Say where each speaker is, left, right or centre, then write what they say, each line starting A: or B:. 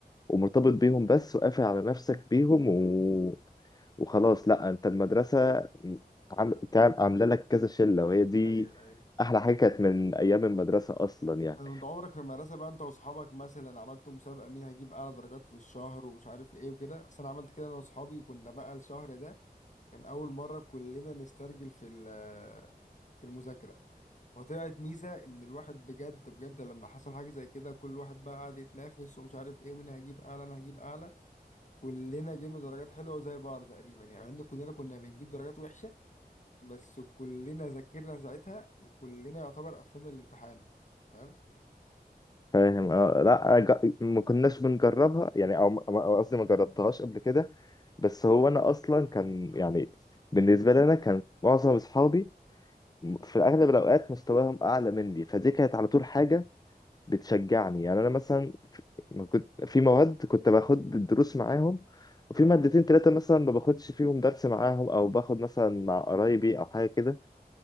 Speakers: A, on the left; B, on the left.
A: ومرتبط بيهم بس وقافل على نفسك بيهم و... وخلاص لا انت المدرسه عم... كام- عامله لك كذا شله وهي دي
B: ايوه ايوه
A: احلى حاجه كانت من ايام المدرسه اصلا يعني
B: أنا أنت عمرك في المدرسة بقى أنت وأصحابك مثلا عملتوا مسابقة مين هيجيب أعلى درجات في الشهر ومش عارف إيه وكده أصل أنا عملت كده أنا وأصحابي وكنا بقى الشهر ده كان أول مرة كلنا نسترجل في ال... في المذاكرة وطلعت ميزة إن الواحد بجد بجد لما حصل حاجة زي كده كل واحد بقى قعد يتنافس ومش عارف إيه ومين هيجيب أعلى أنا هجيب أعلى كلنا جبنا درجات حلوة زي بعض تقريبا يعني مع إن كلنا كنا بنجيب درجات وحشة بس كلنا ذاكرنا ساعتها وكلنا يعتبر قفلنا الامتحان فاهم؟
A: فاهم آه، لا ج... ما كناش بنجربها يعني او ما- أو قصدي ما جربتهاش قبل كده بس هو انا اصلا كان يعني بالنسبه لي انا كان معظم اصحابي في اغلب الاوقات مستواهم اعلى مني فدي كانت على طول حاجه بتشجعني يعني انا مثلا في- ما كنت في مواد كنت باخد الدروس معاهم وفي مادتين ثلاثه مثلا ما باخدش فيهم درس معاهم او باخد مثلا مع قرايبي او حاجه كده